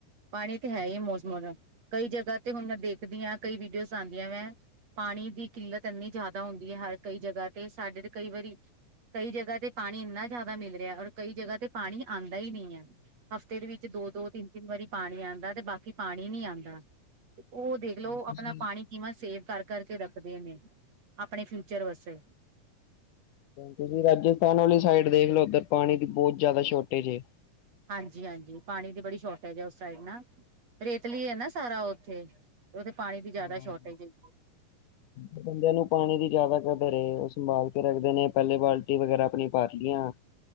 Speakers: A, on the right; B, on the left.
A: ਪਾਣੀ ਤੇ ਹੈ ਹੀ ਮੌਸਮ, ਕਈ ਜਗ੍ਹਾ ਤੇ ਹੁਣ ਮੈਂ ਦੇਖਦੀ ਆ ਕਈ ਵੀਡੀਓਜ਼ ਆਉਂਦੀਆਂ ਵੇ ਪਾਣੀ ਦੀ ਕਿੱਲਤ ਇੰਨੀ ਜ਼ਿਆਦਾ ਹੁੰਦੀ ਹੈ, ਹਰ ਕਈ ਜਗ੍ਹਾ ਤੇ ਸਾਡੇ ਤੇ ਕਈ ਵਾਰੀ ਕਈ ਜਗ੍ਹਾ ਤੇ ਪਾਣੀ ਇੰਨਾ ਜ਼ਿਆਦਾ ਮਿਲ ਰਿਹਾ, ਔਰ ਕਈ ਜਗ੍ਹਾ ਤੇ ਪਾਣੀ ਆਂਦਾ ਈ ਨਹੀਂ ਐ। ਹਫ਼ਤੇ ਦੇ ਵਿੱਚ ਦੋ- ਦੋ, ਤਿੰਨ-ਤਿੰਨ ਵਾਰੀ ਪਾਣੀ ਆਂਦਾ ਤੇ ਬਾਕੀ ਪਾਣੀ ਨੀ ਆਂਦਾ। ਉਹ ਦੇਖ ਲੋ
B: ਤੁਸੀਂ
A: ਆਪਣਾ ਪਾਣੀ ਕਿਵਾਂ ਸੇਵ ਕਰ- ਕਰਕੇ ਰੱਖਦੇ ਨੇ ਆਪਣੇ ਫਿਊਚਰ ਵਾਸਤੇ।
B: ਤੁਸੀਂ ਰਾਜਸਥਾਨ ਵਾਲੀ ਸਾਈਡ ਦੇਖ ਲਓ, ਉੱਧਰ ਪਾਣੀ ਦੀ ਬਹੁਤ ਜ਼ਿਆਦਾ ਸ਼ੋਰਟੇਜ ਏ।
A: ਹਾਂਜੀ, ਹਾਂਜੀ, ਪਾਣੀ ਦੀ ਬੜੀ ਸ਼ੋਰਟੇਜ ਐ ਉਸ ਸਾਈਡ ਨਾ, ਰੇਤਲੀ ਐ ਨਾ ਸਾਰਾ ਓਥੇ। ਤੇ ਓਥੇ ਪਾਣੀ ਦੀ
B: ਹਾਂ।
A: ਜ਼ਿਆਦਾ ਸ਼ੋਰਟੇਜ ਏ।
B: <inaudible> ਬੰਦਿਆਂ ਨੂੰ ਪਾਣੀ ਦੀ ਜ਼ਿਆਦਾ ਕਦਰ ਏ, ਉਹ ਸੰਭਾਲ ਕੇ ਰੱਖਦੇ ਨੇ ਪਹਿਲੇ ਬਾਲਟੀ ਵਗੈਰਾ ਆਪਣੀਆਂ ਭਰਦੇ ਆ।